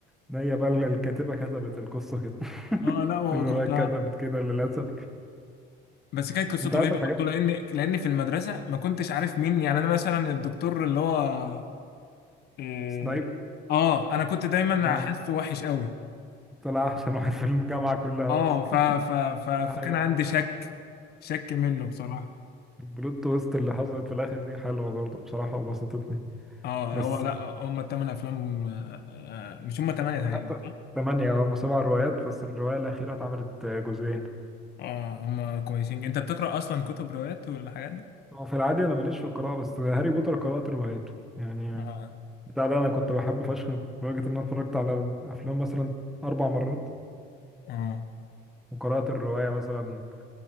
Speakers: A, in the centre; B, on the left.
A: ما هي بقى اللي الكاتبه كتبت القصه كده <laughs>
B: اه لا وكنت
A: الروايه كتبت كده للاسف
B: بس كانت قصته
A: انت عارف
B: رهيبه
A: الحاجات
B: برضه لان لان في المدرسه ما كنتش عارف مين يعني انا مثلا الدكتور اللي هو اه
A: سنايب
B: آه، انا كنت دايما
A: اه
B: حاسه وحش قوي
A: طلع احسن واحد في الجامعه كلها
B: اه
A: اصلا
B: ف ف ف فكان
A: <laughs>
B: عندي شك شك منه بصراحه
A: البلوت تويست اللي حصلت في الاخر دي حلوه برضه بصراحه وبسطتني
B: اه
A: بس
B: هو لا هم الثمان افلام آه، آه، مش هم ثمانيه
A: انا
B: تقريبا
A: حتى
B: صح؟
A: ثمانية او سبع روايات بس الروايه الاخيره اتعملت آه، جزئين
B: اه هم كويسين انت بتقرأ اصلا كتب روايات والحاجات دي
A: هو في العادي انا ماليش في القراءه بس هاري بوتر قرات رواياته يعني
B: اه
A: بتاع ده انا كنت بحبه فشخ لدرجه ان انا اتفرجت على الافلام مثلا اربع مرات
B: اه
A: وقرات الروايه مثلا